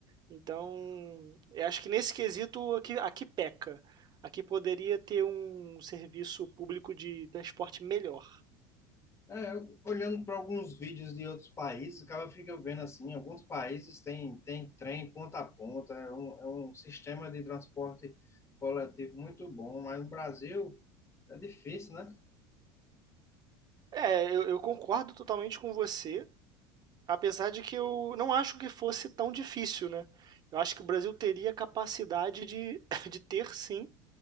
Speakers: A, on the right (about 40°); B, on the left (about 25°).
A: Então, eu acho que nesse quesito aqui, aqui peca. Aqui poderia ter um serviço público de transporte melhor.
B: É, eu- olhando para alguns vídeos de outros países, acaba fica vendo assim, alguns países têm tem trem ponta a ponta, é um, é um sistema de transporte coletivo muito bom, mas no Brasil é difícil, né?
A: É, eu, eu concordo totalmente com você. Apesar de que eu não acho que fosse tão difícil, né? Eu acho que o Brasil teria capacidade de, <laughs> de ter sim